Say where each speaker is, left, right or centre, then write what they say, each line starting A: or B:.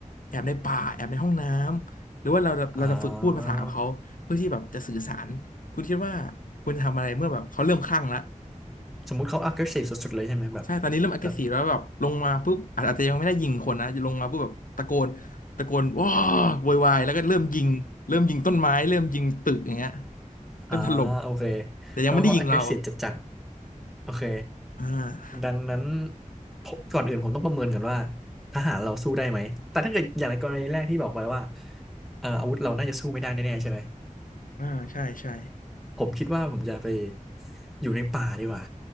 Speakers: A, on the left; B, in the centre.
A: แอบในป่าแอบในห้องน้ำหรือว่าเราเราจะฝึกพูดภาษากับเขาเพื่อที่แบบจะสื่อสารคุณคิดว่า
B: อ่า
A: คุณจะทำอะไรเมื่อแบบเขาเริ่มคลั่งละ
B: สมมุติเขา aggressive สุดๆเลยใช่ไหมแบบ
A: ใช่ตอนนี้เริ่ม aggressive
B: แบบ
A: แล้วแบบลงมาปุ๊บอาจอาจจะยังไม่ได้ยิงคนนะลงมาปุ๊บแบบตะโกนตะโกนว้าโวยวายแล้วก็เริ่มยิงเริ่มยิงต้นไม้ เริ่มยิงตึกอย่างเงี้ย
B: <coughs>
A: เริ่มถล่ม
B: อ่าโอเค
A: แต่ยังไม่ได้ยิงเรา
B: แล้วพอ aggressive จัดๆโอเค
A: อ่า
B: ดังนั้นผมก่อนอื่นผมต้องประเมินก่อนว่าทหารเราสู้ได้ไหมแต่ถ้าเกิดอย่างในกรณีแรกที่บอกไปว่าเอ่ออาวุธเราน่าจะสู้ไม่ได้แน่ๆใช่ไหม
A: อ่าใช่ใช่
B: ผมคิดว่าผมจะไปอยู่ในป่าดีกว่า